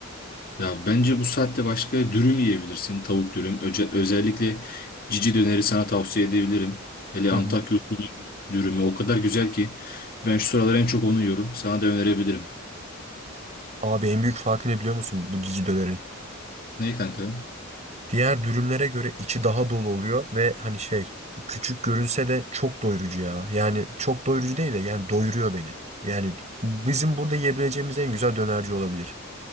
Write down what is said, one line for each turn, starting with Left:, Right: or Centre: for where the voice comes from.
Left: Ya bence bu saatte başka dürüm yiyebilirsin. Tavuk dürüm. Öce- özellikle cici döneri sana tavsiye edebilirim. Hele
Right: Hı
Left: Antakya
Right: hı.
Left: usulü dürümü o kadar güzel ki ben şu sıralar en çok onu yiyorum. Sana da önerebilirim.
Right: Abi en büyük farkı ne biliyor musun bu cici dönerin?
Left: Ne kanka?
Right: Diğer dürümlere göre içi daha dolu oluyor ve hani şey küçük görünse de çok doyurucu ya. Yani çok doyurucu değil de yani doyuruyor beni. Yani bizim burada yiyebileceğimiz en güzel dönerci olabilir.